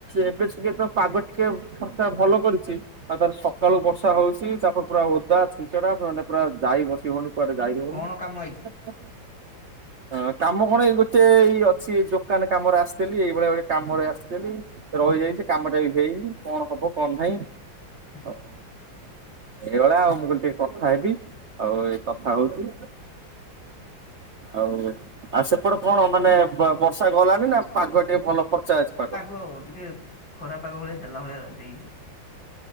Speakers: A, on the right; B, on the left.
A: ଏବେ ଟିକେ ତ ପାଗ ଟିକେ ଖର୍ଚା ଭଲ କରିଛି। ତାର ସକାଳୁ ବର୍ଷା ହଉଛି ତାପରେ ପୁରା ଓଦା ଛିଞ୍ଚଡା ମାନେ ପୁରା ଯାଇ ବସି ହଉନି। କୁଆଡେ ଯାଇ
B: ଆଉ
A: ହୋଉନି।
B: କଣ କାମ ଆଇଛି
A: ହଁ କାମ କଣ ଏଇ ଗୋଟେ ଏଇ ଅଛି ଦୋକାନ କାମରେ ଆସିଥିଲି ଏଇଭଳିଆ ଗୋଟେ କାମରେ ଆସିଥିଲି। ରହିଯାଇଛି କାମ ଟା ବି ହେଇନି କଣ ହବ କଣ ନାହିଁ? ଆଉ
B: <inaudible>
A: ଏଇଭଳିଆ ଆଉ ମୁଁ କହିଲି ଟିକେ କଥା ହେବି ଆଉ ଏଇ କଥା ହଉଛି। ଆଉ ଆଉ ସେପଟେ କଣ ମାନେ ବର୍ଷା ଗଲାଣି ନା? ପାଗ ଟିକେ ଭଲ ପର୍ଚା ଅଛି ପାଗ।
B: ହଉ ଟିକେ ଖରାପାଗ ଭଳିଆ ଦେଲା ଭଳିଆ ଦେଇଛି।